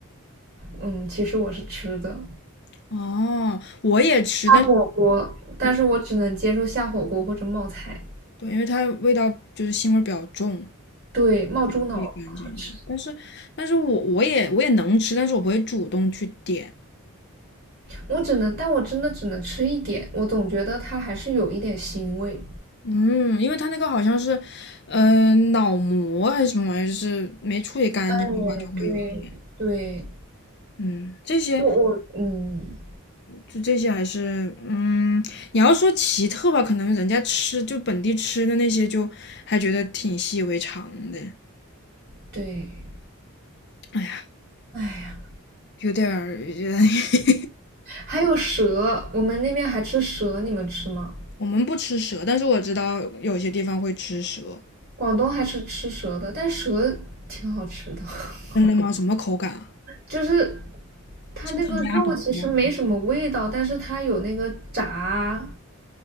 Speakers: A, on the right; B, on the left.
A: 嗯，其实我是吃的
B: 哦，我也吃，
A: 下火锅，
B: 但是
A: 但是我只能接受下火锅或者冒菜。
B: 我对，因为它味道就是腥味儿比较重，
A: 对，冒猪脑好吃，
B: 也干净。但是，但是我我也我也能吃，但是我不会主动去点。
A: 我只能，但我真的只能吃一点，我总觉得它还是有一点腥味。
B: 嗯，因为它那个好像是，嗯，脑膜还是什么玩意儿，就是没处理干净的话就会有一点。
A: 对对对，
B: 嗯，这些
A: 就我嗯
B: 就这些还是，嗯，你要说奇特吧，可能人家吃就本地吃的那些就还觉得挺习以为常的。
A: 对，
B: 哎呀，
A: 哎呀，
B: 有点儿，<laughs>
A: 还有蛇，我们那边还吃蛇，你们吃吗？
B: 我们不吃蛇，但是我知道有些地方会吃蛇。
A: 广东还是吃蛇的，但蛇挺好吃的，<laughs>
B: 真的吗？什么口感啊？
A: 就是它那个肉其实没什么味道，
B: 是烤鸭脖吗？
A: 但是它有那个炸